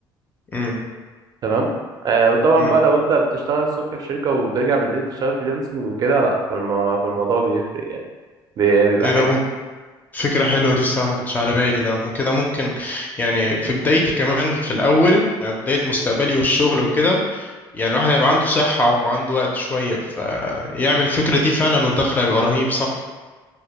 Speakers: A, on the left; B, on the right.
A: م-
B: تمام آه وطبعا
A: م.
B: بقى لو انت بتشتغل الصبح في شركة وبترجع بالليل تشتغل فريلانسنج وكده لا فالم... فالموضوع بيفرق يعني بي- بيبقى
A: ايه
B: حلو
A: ده فكرة حلوة دي الصراحة ما كنتش على بالي ده أنا كده ممكن يعني في بدايتي كمان في الأول يعني بداية مستقبلي والشغل وكده يعني الواحد هيبقى عنده صحة وعنده وقت شوية فيعمل الفكرة دي فعلا والدخل هيبقى رهيب صح